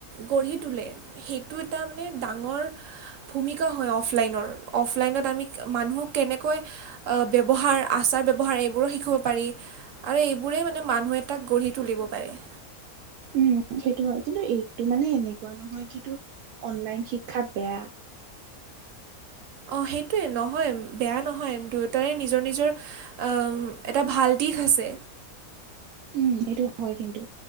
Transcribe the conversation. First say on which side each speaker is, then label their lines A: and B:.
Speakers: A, on the right; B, on the right.
A: গঢ়ি তোলে সেইটো এটা মানে ডাঙৰ ভূমিকা হয় অফলাইনৰ অফলাইনত আমি মানুহ কেনেকৈ অ ব্যৱহাৰ আচাৰ ব্যৱহাৰ এইবোৰো শিকিব পাৰি আৰু এইবোৰেই মানে মানুহ এটাক গঢ়ি তুলিব পাৰে
B: উম সেইটো হয় কিন্তু এইটো মানে এনেকোৱা নহয় কি তোৰ অনলাইন শিক্ষা বেয়া
A: অ সেইটোৱে নহয় বেয়া নহয় দু তাৰে নিজৰ নিজৰ অ এটা ভাল দিশ আছে
B: উম সেইটো হয় কিন্তু